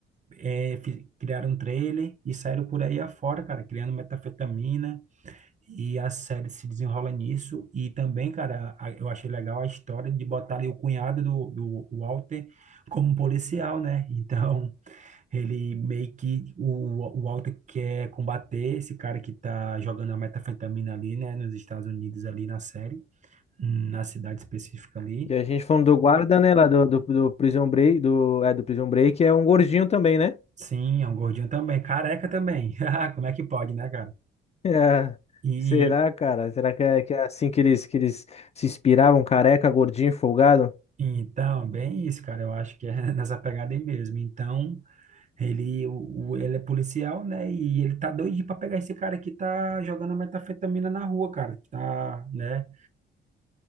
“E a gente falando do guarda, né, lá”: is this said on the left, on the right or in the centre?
Left